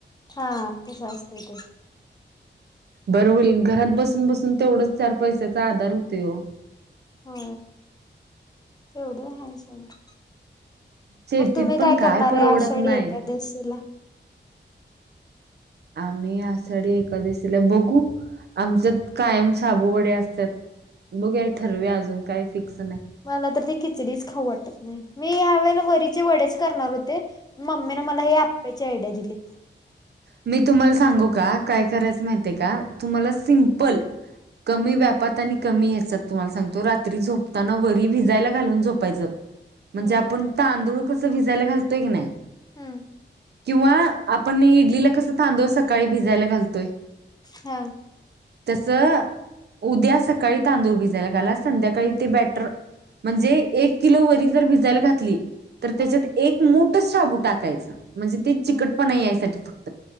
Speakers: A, on the left; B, on the right.
A: हां तसं असतंय ते.
B: बरं होईल घरांत बसूंन बसूंन तेवढांच चार पैशाचा आंधार होतोय हो.
A: हो तेवढं हांय सोंडा.
B: शेतीत
A: मगं तुम्हीं
B: पण
A: कायं
B: काय
A: करणारं
B: परवडत
A: हांय आषाढी
B: नाही
A: एकादशीला?
B: आम्ही आषाडी एकांदशीला बघूं आमच्यांत कायंम साबूंवडे असत्यांत बघुंया ठरवूंया अजूंन कायं फिक्सं नांय.
A: मलां तरं ते खिचडीच खाऊं वाटतं न्हांय. मी ह्यां वेळेलां वरीचे वडेच करणारं होते मम्मीने मलां हे आपप्यांचे आयडिया दिली.
B: मी तुम्हांला सांगू कां कायं करायचं माहितीय कां तुम्हांला सिमपल
A: हं,
B: कमी व्यापांत आणि कमी ह्यांच्यात तुम्हांला सांगतो रात्री झोपतांना वरी भिजांयला घालूंन झोपायचं. म्हणजे
A: हं,
B: आपणं तांदूळ कसं भिजायला घालतोय की न्हांय.
A: हम्मं
B: किंवा आपणं इडलीला कसं तांदूळ सकाळीं भिजांयला घालतोय.
A: हो
B: तस उद्या सकाळी तांदूळ भिजायला घाला संध्याकाळी ते बॅटर म्हणजे एक किलो वरी जर भिजायला घातली तर
A: हां,
B: त्याच्यात एक मुटच शाबू टाकायचं म्हणजे ते चिकट
A: हां,
B: पणा यायसाठी फक्त.